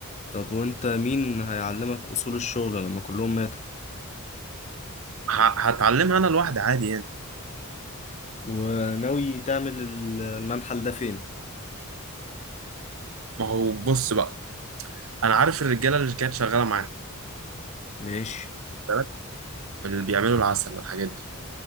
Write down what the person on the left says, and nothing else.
طب وانت مين هيعلمك اصول الشغل لما كلهم ماتوا
وناوي تعمل ال- المنحل ده فين
ماشي